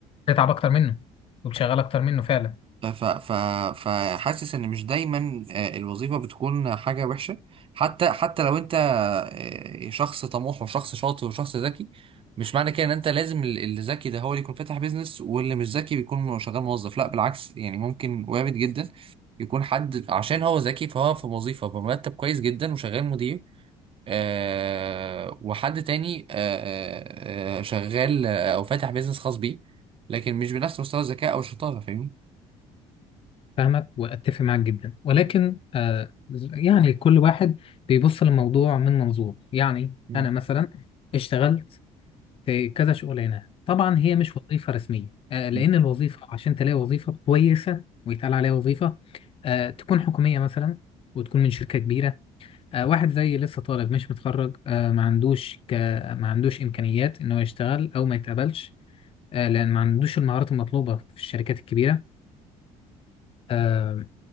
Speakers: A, on the left; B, on the right.
A: تتعب اكتر منه وتشغل اكتر منه فعلا
B: ف ف فحاسس ان مش دايما آه، الوظيفه بتكون حاجه وحشه حتى حتى لو انت آه، شخص طموح وشخص شاطر وشخص ذكي مش معنى كده ان انت لازم ال- اللي ذكي ده هو اللي يكون فاتح بيزنس واللي مش ذكي بيكون شغال موظف لا بالعكس يعني ممكن وارد جدا يكون حد عشان هو ذكي فهو في وظيفه بمرتب كويس جدا وشغال مدير آه وحد تاني آه آه آه، شغال آه، او فاتح بيزنس خاص بيه لكن مش بنفس مستوى الذكاء او الشطاره فاهمني
A: فاهمك واتفق معاك جدا ولكن آه يعني كل واحد بيبص للموضوع من منظور يعني
B: مم.
A: انا مثلا اشتغلت في كذا شغلانه طبعا هي مش وظيفه رسميه آه لان
B: مم.
A: الوظيفه عشان تلاقي وظيفه كويسه ويتقال عليها وظيفه آه تكون حكوميه مثلا وتكون من شركه كبيره آه واحد زي لسه طالب مش متخرج آه ما عندوش ك... ما عندوش امكانيات انه يشتغل او ما يتقبلش آه لان ما عندوش المهارات المطلوبه في الشركات الكبيره آه،